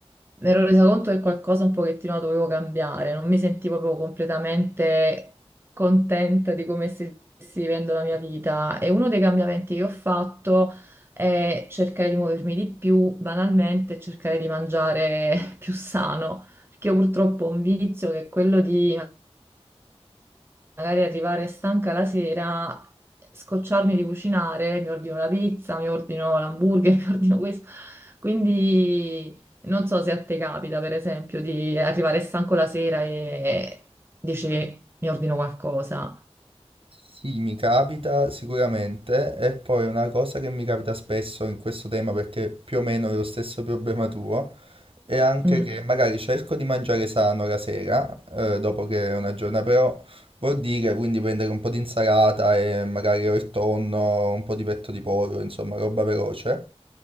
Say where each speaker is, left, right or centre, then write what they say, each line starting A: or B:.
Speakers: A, on the right; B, on the right.
A: mi ero resa conto che qualcosa un pochettino la dovevo cambiare, non mi sentivo proprio completamente contenta di come stessi vivendo la mia vita e uno dei cambiamenti che ho fatto è cercare di muovermi di più, banalmente, e cercare di mangiare <laughs> più sano, perché io purtroppo ho un vizio che è quello di magari arrivare stanca la sera, scocciarmi di cucinare, mi ordino la pizza, mi ordino l'hamburger, <laughs> mi ordino questo. Quindi non so se a te capita, per esempio, di arrivare stanco la sera e dici mi ordino qualcosa.
B: Sì, mi capita sicuramente, e poi una cosa che mi capita spesso in questo tema, perché più o meno è lo stesso problema tuo, e anche
A: Mm.
B: che magari cerco di mangiare sano la sera, eh, dopo che è una giornata, però vuol dire quindi prendere un po' di insalata e magari o il tonno, un po' di petto di pollo, insomma, roba veloce.